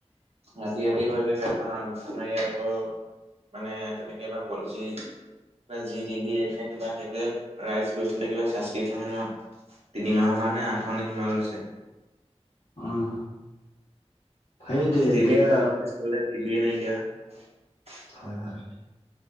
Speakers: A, on the right; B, on the left.
A: ৰাতি- ৰাতি হৈ থাকে আপোনাৰ, আমাৰ ইয়াত আকৌ মানে তেনেকে বা কলচি বা জি টিভি হেইটোৱে ৰাইটচ লৈছিলে কিবা চাস্কিপচন তিনিমাহৰ কাৰণে আঠশ নে কিমান লৈছে।
B: উম, সেইটোৱেই
A: টিভিটো
B: এতিয়া
A: আজিকালি <unintelligible>
B: হয়, হয়।